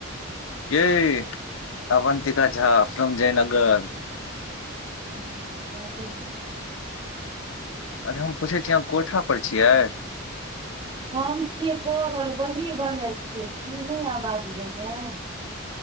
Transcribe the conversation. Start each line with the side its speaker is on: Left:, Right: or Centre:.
Left: ये अवन्तिका झा फ्रोम जयनगर
Right: ह बाजू
Left: अरे हम पूछै छी अहाँ कोठा पर छियै
Right: <unintelligible>